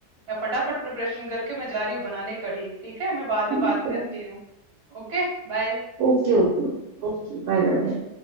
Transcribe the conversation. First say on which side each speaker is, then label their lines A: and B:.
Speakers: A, on the right; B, on the right.
A: मैं फटाफट प्रिपरेशन करके मैं जा रही हूँ बनाने कढ़ी ठीक है मैं बाद में
B: ठीक
A: बात
B: है
A: करती हूँ Okay bye
B: Okay okay Okay bye bye bye.